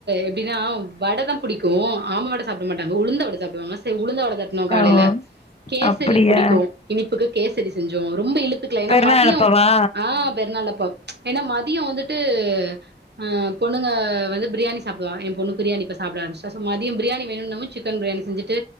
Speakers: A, on the right; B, on the left.
A: அப்டினா வட தான் புடிக்கு ஆமவடை சாப்ட மாட்டங்க உளுந்த வ <unintelligible> சாப்டுவாங்க செரி உளுந்தவட தட்னோ காலைல
B: ஆ ஓ
A: கேசரி
B: அப்படியா
A: புடிக்கு இனிப்புக்கு கேசரி செஞ்சோ ரொம்ப இழுத் த்துக்கல ஏனா
B: பெருநாள்
A: மதியோ
B: அப்பவா
A: ஆஹ் பெருநாளப்ப ஏனா மத் தியோ வந்துட்டு ஆஹ் பொண்ணுங்க வந்து பிரியாணி சாப்பிடுவா என் பொண்ணு பிரியாணி இப்ப சாப்பிட ஆரம்பிச்டா சோ மதியம் பிரியாணி வேணுன்னவு சிக்கன் பிரியாணி செஞ்சுட்டு